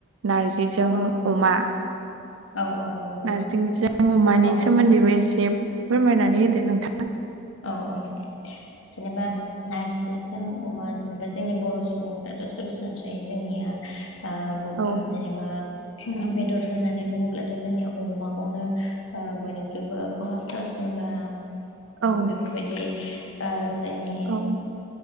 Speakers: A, on the right (about 75°); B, on the left (about 80°).
A: नारजिजों
B: औ
A: अमा
B: औ औ नंगौ नोंथां
A: नारजिजों अमानि
B: औ
A: सोमोन्दैबो एसे फोरमायनानै दे नोंथां
B: औ औ जेनेबा नारजिजों अमा जेनेबा जोंनि बर' सुबुंफ्राथ' सरासनस्रायै जोंनिया ओ गु
A: औ
B: जेनेबा बे बेदर होननानै बुङोब्लाथ' जोंनिया अमाखौनो ओ बयनिख्रुइबो खहाबथावसिन बा
A: औ
B: बेफोरबायदि ओ जोंनि
A: औ